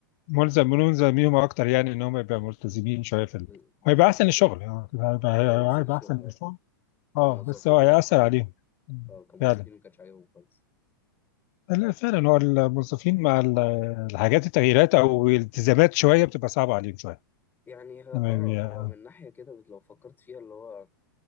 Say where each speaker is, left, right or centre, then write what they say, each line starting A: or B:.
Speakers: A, on the left; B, on the left.
A: ملزم ملزم بيهم اكتر يعني ان هم يبقى ملتزمين شويه في ال...
B: ب- بالظبط
A: هيبقى احسن
B: كده
A: الشغل اه كده هيبقى
B: هو يبقى أحسن
A: هيبقى
B: للشغل
A: احسن
B: اه
A: الشغل
B: كموظفين
A: اه بس هو
B: ما
A: هيأثر
B: كانش عاجبهم
A: عليهم
B: اه كموظفين
A: فعلا
B: ما كانش عاجبهم خالص
A: لا فعلا هو الموظفين مع ال- الحاجات التغييرات او الالتزامات شويه بتبقى صعبه عليهم شويه
B: يعني ه-
A: تمام
B: اه
A: يا
B: هو من ناحية كده بت- لو فكرت فيها اللي هو